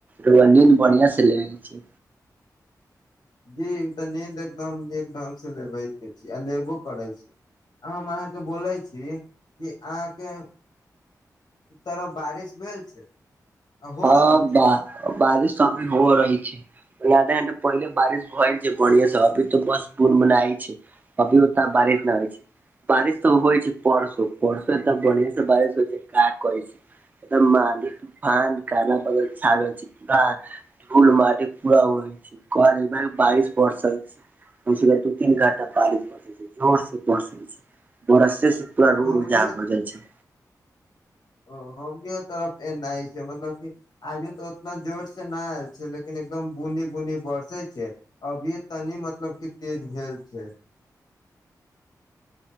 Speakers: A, on the right; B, on the left.
A: रउआ नींद बढ़िया से ल छी
B: जी त नीन्द एकदम नीक ढंग से लेबे के छी आ लेबो करै छी हम अहाँ के बोले छी कि अहाँ के तोरा बारिश भेल छै आ हो
A: हँ
B: रहल छै
A: ब बारिश सबभी हो रहै छै आधा घंटा पहिले बारिश भ गेल छै बढ़िया से अभी त बस बुनबुनाय छै अभिवता <unintelligible> बारीतना होइ छै बारिश त होइ छै परसो परसो एत बढ़िया से बारिश होइ छै का कहै छै एकरमाली तूफान काला बादल छा गेल छै पूरा ढूल माटी पुरा उड़े छै घर <unintelligible> बारिश बरसे छै उसके दू तीन घंटा बालित पै छै जोर से बरसै छै बरसे से पूरा रोड
B: हमनियो
A: जाम हो जाइ छै
B: ओ हमीयो तरफ ए नहि छै मतलब की आजू तऽ उतना जोर से न आयल छै लेकिन एकदम बुनी बुनी बरसे छै अभिय तनी मतलब क तेज भेल छै